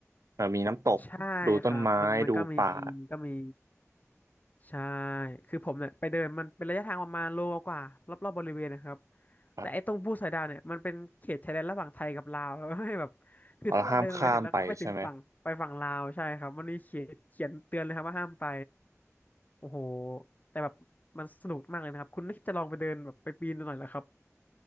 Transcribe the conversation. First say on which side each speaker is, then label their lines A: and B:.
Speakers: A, on the right; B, on the left.
A: เอ่อมีน้ำตกดูต้นไม้ดูป่า
B: ใช่ครับ มันมันก็มีก็มี ใช่ คือผมเนี่ยไปเดินมันเป็นระยะทางประมาณโลกว่ารอบๆบริเวณนะครับ
A: ครับ
B: แต่ไอ้ตรงภูสอยดาวเนี่ยมันเป็นเขตชายแดนระหว่างไทยกับลาวแล้วให้แบบคือถ้าเราเดินไปเนี่ยแล้วก็ไปถึงฝั่งไปฝั่งลาวใช่ครับ
A: เราห้ามข้ามไปใช่ไหม
B: มันมีเขียนเขียนเตือนเลยครับว่าห้ามไป โอ้โห แต่แบบมันสนุกมากเลยนะครับคุณน่าจะลองไปเดินแบบไปปีนดูหน่อยแล้ครับ